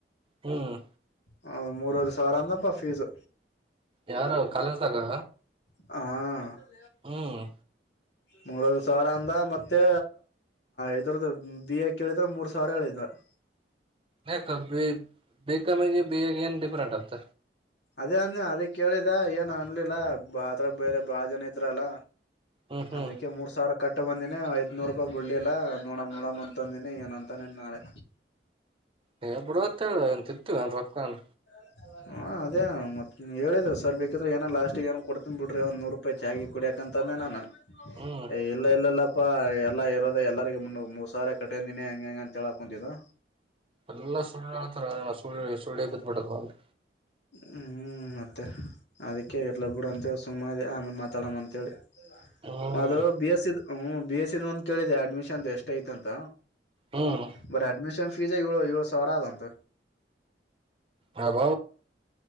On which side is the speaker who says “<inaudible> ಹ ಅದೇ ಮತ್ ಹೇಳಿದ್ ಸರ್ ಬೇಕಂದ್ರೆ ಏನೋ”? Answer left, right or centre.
Left